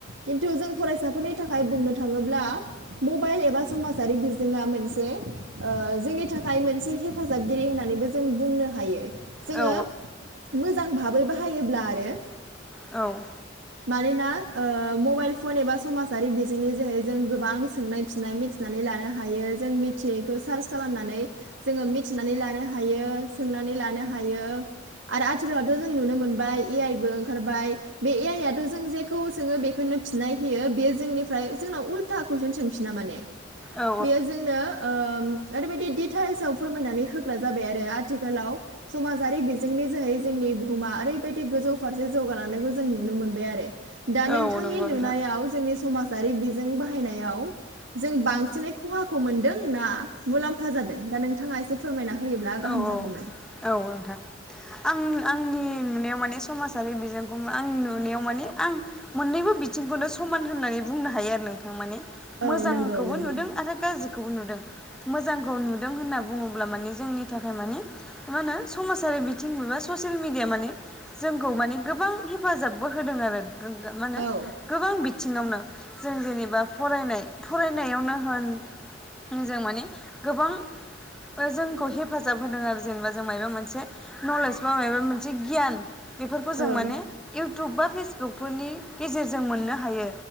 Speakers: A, on the right; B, in the centre.
A: खिन्थु जों फरायसाफोरनि थाखाय बुंनो थाङोब्ला मबाइल एबा समाजारि बिजोङा मोनसे ओ जोंनि थाखाय मोनसे हे जाबगिरि होननानैबो जों बुंनो हायो। जोङो
B: औ
A: मोजां भाबै बाहायोब्ला आरो
B: औ।
A: मानोना ओ मबाइल फन एबा समाजारि बिजोंनि जोहै जों गोबां सोंनाय फिननाय मिथि नानै लानो हायो जों मिथियैखौ सार्च खालामनानै जोङो मिथिनानै लानो हायो सोंनानै लानो हायो आरो आथिखालावथ' जों नुनो मोनबाय ए आइ बो ओंखारबाय बे ए आइआथ' जों जे खौ सोङो बेखौनो फिननाय होयो बेयो जोंनिफ्राय जोंनाव उल्था कुइसन सोंफिना माने
B: औ
A: बेयो जोंनो उम ओरैबायदि डिटेल्साव फोरमायनानै होग्रा जाबाय आरो आथिखालाव समाजारि बिजोंनि जोहै जोंनि बुहुमा ओरैबायदि गोजौ फारसे जौगालांनायखौ जों नुनो मोनबाय आरो दा नोंथांनि
B: औ नंगौ
A: नुनायाव
B: नोंथां
A: जोंनि समाजारि बिजों बाहायनायाव जों बांसिनै खहाखौ मोनदों ना मुलाम्फा जादों दा नोंथाङा एसे फोरमायना होयोब्ला
B: औ
A: गाहाम
B: औ
A: जागौमोन।
B: औ नोंथां। आं आंनि नुनायाव माने समाजारि बिजोंखौ आंनि नुनायाव माने आं मोननैबो बिथिंखौनो समान होननानै बुंनो हायो आरो नोंथां माने
A: औ
B: मोजांखौबो
A: नंगौ नंगौ
B: नुदों आरो गाज्रि खौ नुदों मोजांखौ नुदों होनना बुङोब्ला माने जोंनि नि थाखाय माने मा होनो समाजारि बिथिं एबा ससियेल मिडिया माने‌ जोंखौ माने गोबां हेफाजाबबो होदों आरो मा होनो
A: औ
B: गोबां बिथिङावनो जों जेनेबा फरायनाय फरायनायावनो होन जों माने गोबां जोंखौ हे हेफाजाब होदों आरो जेनेबा जों माबबा मोनसे नलेज बा माबबा मोनसे गियान बेफोरखौ जों
A: औ
B: माने इउटुब बा फेसबुकफोरनि गेजेरजों मोननो हायो।